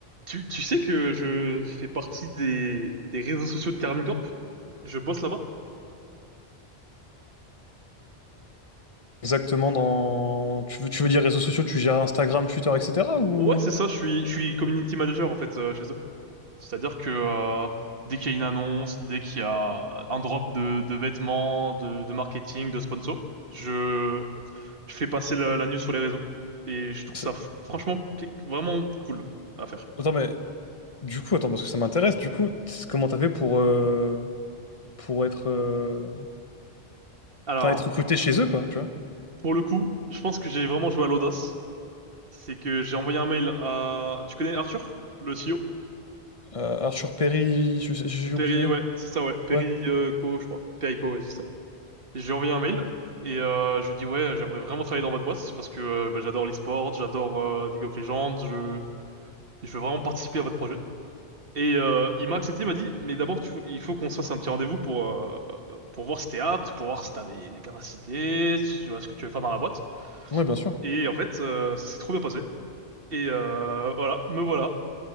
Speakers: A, on the right (about 60°); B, on the left (about 35°).
A: Tu, tu sais que je fais partie des, des réseaux sociaux de Karming Corp? Je bosse là-bas?
B: exactement dans... Tu veux, tu veux dire réseaux sociaux, tu gères Instagram, Twitter, etc. ou...
A: Ouais, c'est ça, je suis, je suis community manager en fait euh, chez eux. C'est-à-dire que euh, dès qu'il y a une annonce, dès qu'il y a un drop de, de vêtements, de, de marketing, de sponsor, je, je fais passer la, la news sur les réseaux. Et je trouve
B: C'est-
A: ça f- franchement qu- vraiment cool à faire.
B: Attends, mais du coup, attends, parce que ça m'intéresse, du coup, c'est- comment t'as fait pour, euh, pour être, euh,
A: Alors,
B: enfin, être recruté chez eux, quoi, tu vois?
A: pour le coup, je pense que j'ai vraiment joué à l'audace. C'est que j'ai envoyé un mail à... Tu connais Arthur, le CEO?
B: Euh, Arthur Perry, je sais- j'ai
A: Perry,
B: oublié.
A: ouais, c'est ça, ouais. Perry
B: Ouais,
A: euh, Co, je crois. Perry ouais, c'est ça. Et J'ai envoyé un mail et euh, je lui ai dit, ouais, j'aimerais vraiment travailler dans votre boîte parce que euh, bah, j'adore l'e-sport, j'adore euh, League of Legends, je... je veux vraiment participer à votre projet. Et euh, il m'a accepté, il m'a dit, mais d'abord, tu- il faut qu'on se fasse un petit rendez-vous pour, euh, pour voir si t'es apte, pour voir si t'as des, des capacités, si tu vois ce que tu veux faire dans la boîte.
B: ouais, bien sûr.
A: Et en fait, euh, ça s'est trop bien passé. Et euh, voilà, me voilà,